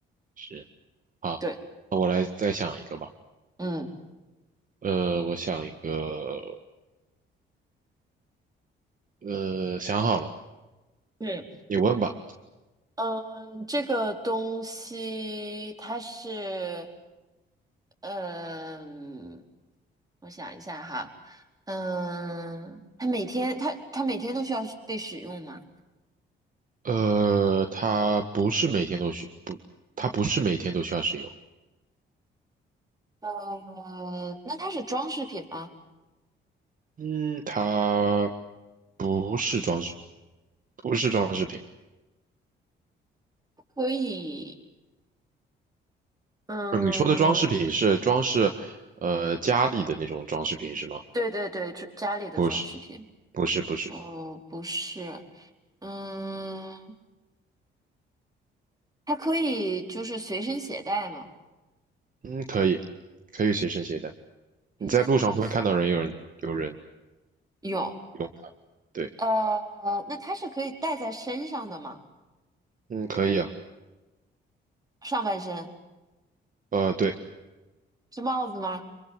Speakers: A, on the right; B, on the right.
A: 是。好，
B: 对，
A: 那我来再想一个吧。
B: 嗯。
A: 呃，我想一个，呃，想好了。
B: 对。
A: 你问吧。
B: 嗯，这个东西它是，嗯，我想一下哈，嗯，它每天它它每天都需要被使用吗？
A: 呃，它不是每天都需不，它不是每天都需要使用。
B: 呃，那它是装饰品吗？
A: 嗯，它不是装饰，不是装饰品。
B: 可以，嗯，
A: 呃你说的装饰品是装饰，呃，家里的那种装饰品是吗？
B: 对对对，这家里的装饰品。
A: 不是，不是，不是。
B: 哦，不是，嗯，它可以就是随身携带吗？
A: 嗯，可以，可以随身携带。
B: 可以随身携，
A: 你在路上会看到人有人有人
B: 有。
A: 用它。对，
B: 呃，那它是可以戴在身上的吗？
A: 嗯，可以啊。
B: 上半身
A: 呃，对，
B: 是帽子吗？